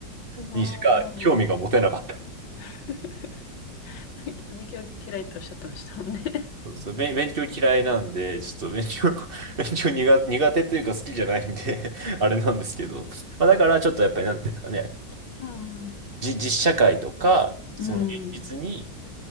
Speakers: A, on the left; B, on the right.
A: ああ。
B: にしか興味が持てなかった。
A: <laughs> 勉強嫌いっておっしゃってましたもんね。
B: そうそう、勉勉強嫌いなんで、ちょっと勉強 <laughs> 勉強苦、苦手というか好きじゃないんで <laughs> あれなんですけど。まあ、だからちょっとやっぱりなんていうんですかね、
A: うん
B: じ、実社会とか、その現実に
A: うん。